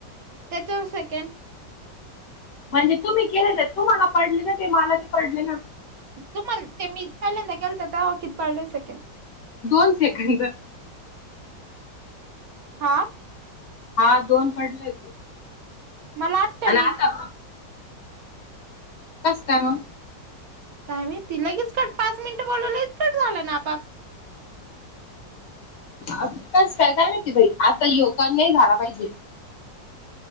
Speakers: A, on the right; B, on the left.
A: सेचाळीस सेकंड
B: म्हणजे तुम्ही केलेलं तुम्हाला पडले ना ते मलाही पडले न
A: तुम्हाला ते मी पहिल्यांदा केलत त तवा किती पडलं सेकंड
B: दोन सेकंद
A: हा
B: हा दोन पडलेत
A: मला अठ्ठावीस
B: आणि आता कसकाय मग?
A: काय माहि ती लगेच, कट पाच मिनिटं बोलवलंगेच कट झालं ना आपऽ
B: कस काय काय माहीती बाई,, आता यो कट नाही झाला पाहिजे.